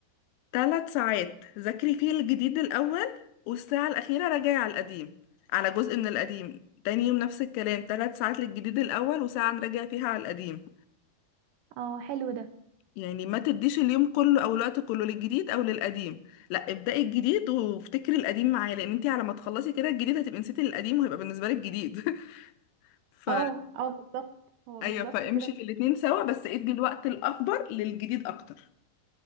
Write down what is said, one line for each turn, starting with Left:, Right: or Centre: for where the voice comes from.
Left: ثلاث ساعات ذاكري فيه الجديد الأول والساعة الأخيرة راجعي على القديم على جزء من القديم تاني يوم نفس الكلام ثلاث ساعات للجديد الأول وساعة نراجع فيها على القديم
Right: اه حلو ده
Left: يعني ما تديش اليوم كله أو الوقت كله للجديد أو للقديم لا ابدأي الجديد وافتكري القديم معاه لأن انتي على ما تخلصي كده الجديد هتبقي نسيتي القديم وهيبقى بالنسبة لك جديد <laughs> ف
Right: اه اه بالظبط هو
Left: أيوه
Right: بالظبط
Left: فامشي
Right: كده
Left: في الاتنين سوا بس ادي الوقت الأكبر للجديد أكتر